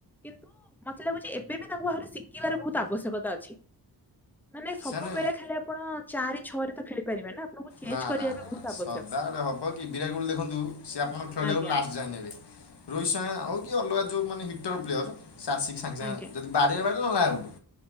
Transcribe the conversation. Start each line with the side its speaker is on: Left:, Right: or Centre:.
Centre: କିନ୍ତୁ। ମତେ ଲାଗୁଛି ଏବେ ବି ତାଙ୍କୁ ଆହୁରି ସି ଶିଖିବାର ବହୁତ ଆବଶ୍ୟକତା ଅଛି। ମାନେ ସବୁବେଳେ
Left: ସେମାନେ
Centre: ଖାଲି ଆପଣ ଚାରି ଛ ରେ ତ ଖେଳିପାରିବେ ନା ଆପଣଙ୍କୁ ଚେଞ୍ଜ
Left: ନା
Centre: କରିବା
Left: ନା ନା
Centre: ବି ବହୁତ ଆବଶ୍ୟକ।
Left: ସଦାବେଳେ ହବ କି ବିରାଟ କୋହଲି ଦେଖନ୍ତୁ। ସିଏ ଆପଣ ଖେଳିଟାକୁ
Centre: ଆଜ୍ଞା
Left: ଲାଷ୍ଟ ଯାଇ ନେବେ। ରୋହିତ ସଙ୍ଗୟ ହେଉ କି ଅଲଗା ଯେଉଁ ମାନେ ହିଟର ପ୍ଲେୟର୍। ସେ ଆସିକି ସାଙ୍ଗେ ସାଙ୍ଗେ
Centre: ଆଜ୍ଞା
Left: ଯଦି ବାଡ଼ିଇବା ବାଡ଼େ ନହେଲେ ଆଉଟୁ।